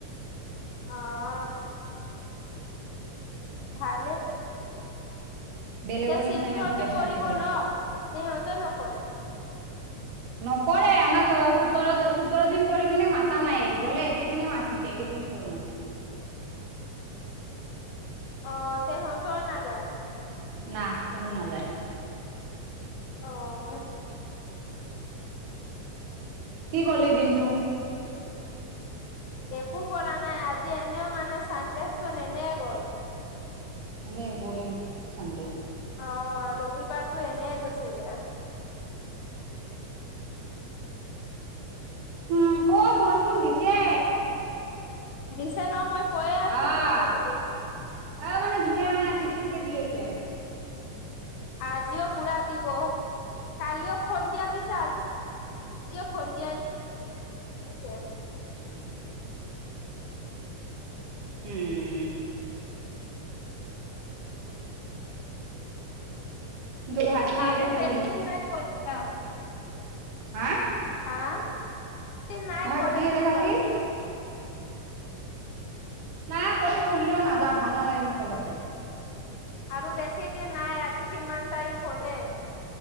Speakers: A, on the left (about 75°); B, on the right (about 75°).
A: অ'! ভালে
B: বেলেগৰ
A: যে,
B: নিচিনা
A: শিল্পীহঁতে
B: ইমান প্ৰেছাৰ
A: কৰিব
B: নিদিয়ে
A: ন'? নে সিহঁতেও নকৰে?
B: নকৰে। আমাক, সোতৰ-সোতৰ দিন কৰি পিনে মাতা নাই। গ'লে একেদিনে মাতিছে, একেদিন। কি <unintelligible>
A: অ'! তেহঁতৰ নাযায়।
B: না, কোনো নাযায়।
A: অ'!
B: কি কৰিলি দিনটো?
A: একো কৰা নাই। আজি এনেও মানে, চানডে চোন এনে গ'ল।
B: এনে, বৰিং চানডে।
A: অ'! ৰবিবাৰটো এনে গুচি যায়।
B: উম, অ! বৰষুণ দিছে।
A: দিছে ন'? মই কৈয়ে আছো
B: আঁ,
A: দিছে বুলি
B: অ'! মানে, জোৰে অহা নাই, চিপ চিপকে দি আছে।
A: আজিও, পূৰা দিব। কালিও সন্ধিয়া দিছে। <unintelligible> আজিও সন্ধিয়া দিছে।
B: <inaudible> <unintelligible> <unintelligible> তই ভাত কিহেৰে
A: আৰু
B: খালি
A: বেছি দিন নাই, <unintelligible>
B: হা?
A: হা? এইকেইদিন নাই
B: ভাত
A: কলেজ
B: কিহেৰে
A: খোলা।
B: খালি নাই, কলেজ খুলিলেও নাযাওঁ। ভাল নালাগে মোৰ, কলেজ যায়।
A: আৰু বেছি দিন নাই। আজি কিমান তাৰিখ হ'লে!